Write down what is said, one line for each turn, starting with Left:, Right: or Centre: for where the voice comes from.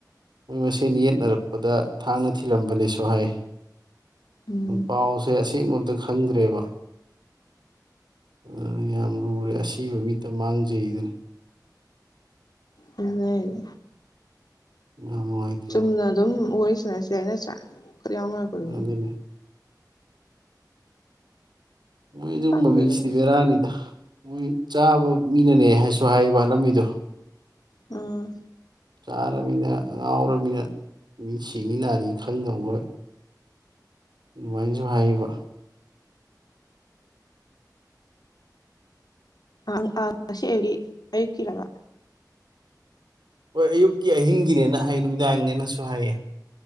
Right: ꯃꫭꯏ ꯌꯦꯠꯅꯔꯛꯄꯗ ꯊꯥꯡꯅ ꯊꯤꯜꯂꯝꯕꯅꯤꯁꯨ ꯍꯥꯏ
Left: ꯎꯝ
Right: ꯄꯥꯎꯁꯦ ꯑꯁꯦ <unintelligible> ꯇꯪ ꯈꯪꯗ꯭ꯔꯦꯕ ꯑꯗꯨꯅ ꯌꯥꯝ ꯂꯨꯔꯦ ꯑꯁꯤꯕ ꯃꯤꯠꯇ ꯃꯥꯡꯖꯩꯗꯨꯅꯤ
Left: ꯂꯩ
Right: ꯌꯥꯝ ꯅꯨꯡꯉꯥꯏꯇꯦꯕ
Left: ꯆꯨꯝꯅ ꯑꯗꯨꯝ ꯋꯔꯤ ꯅꯁꯤ ꯍꯥꯏ ꯅꯠꯇ꯭ꯔꯥ ꯀ ꯌꯥꯎ ꯅꯔꯛꯄ ꯗꯨꯖꯨ
Right: ꯑꯗꯨꯅꯤ ꯃꯣꯏ ꯑꯗꯨꯝꯕ
Left: ꯈꯪꯗꯦꯗ
Right: ꯃꯤꯁꯤꯗꯤ ꯕꯦꯔꯥꯅꯤꯗ ꯃꯣꯏ ꯆꯥꯕ ꯃꯤꯅꯅꯦ ꯍꯥꯏꯁꯨ ꯍꯥꯏꯕ ꯍꯥꯜꯂꯝꯃꯤꯗꯣ
Left: ꯎꯝ
Right: ꯆꯥꯔꯃꯤꯅ ꯉꯥꯎꯔꯕꯃꯤꯅ ꯃꯤ ꯁꯤꯅꯤ ꯅꯥꯅꯤ ꯈꯪꯗꯕ ꯃꫭꯏ ꯑꯗꯨꯃꯥꯏꯅꯁꯨ ꯍꯥꯏꯌꯦꯕ
Left: <unintelligible> ꯑꯌꯨꯛ ꯀꯤꯔꯥꯕꯥ
Right: ꯍꯣꯏ ꯑꯌꯨꯛꯀꯤ ꯑꯍꯤꯡꯒꯤꯅꯦꯅ ꯍꯥꯏ ꯅꯨꯃꯤꯗꯥꯡꯅꯦꯅꯁꯨ ꯍꯥꯏꯌꯦ